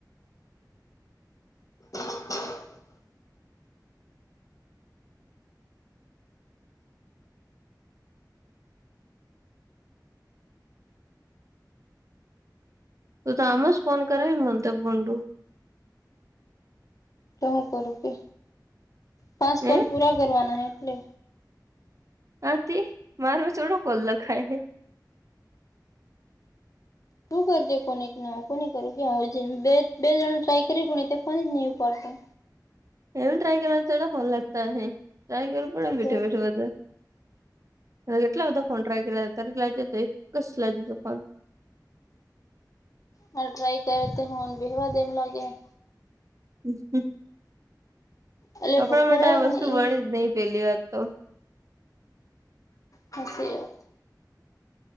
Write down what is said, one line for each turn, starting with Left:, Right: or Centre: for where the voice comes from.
Left: <inaudible>
Right: તું તો આમાંજ ફોન કરે ને મન તો ફોન તુ.
Left: તો હું કરું કે પાંચ કોલ
Right: હે
Left: પૂરા કરવાના એટલે
Right: આરતી મારુ થોડુ કોલ લખાય હૈ.
Left: તુ કરજે કોનેક ને આ કોનેક કરુ કે આ જેમ બે બે જણ ને ટ્રાય કરયુ પણ એ મેતે ફોન જ નહિ ઉપાડતા.
Right: એવું ટ્રાય કરડા ફોન લાગતા હ એ ટ્રાય કરું પડે બેઠો
Left: તો
Right: બેઠું બધે. કેટલા બધા ફોન ટ્રાય કર્યા હતા ત્યારે લજે હતો એક જ લાગજે હતો ફોન
Left: હ ટ્રાઈ કરે તે હુંન બેહવા દેમ લાગયા.
Right: હ <unintelligible>
Left: એટલે
Right: આપણા
Left: બપોરે
Right: માટે આ વસ્તુ
Left: કે ને
Right: બણી
Left: એ
Right: જ નઈ પેલી વાત તો
Left: હાચી વાત